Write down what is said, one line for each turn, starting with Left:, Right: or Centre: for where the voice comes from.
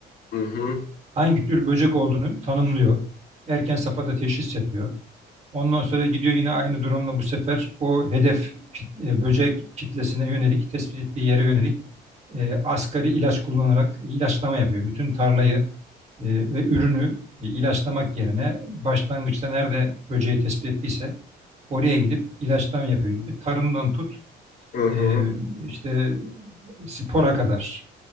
Left: hı hı,
Right: Hangi tür böcek olduğunu tanımlıyor. Erken safhada teşhis yapıyor. Ondan sonra gidiyor yine aynı drone'la bu sefer o hedef kit- e, böcek kitlesine yönelik, tespit ettiği yere yönelik e, asgari ilaç kullanarak ilaçlama yapıyor. Bütün tarlayı e, ve ürünü e, ilaçlamak yerine başlangıçta nerede böceği tespit ettiyse Oraya gidip ilaçlama yapıyor gibi tarımdan tut
Left: hı hı.
Right: e, işte spora kadar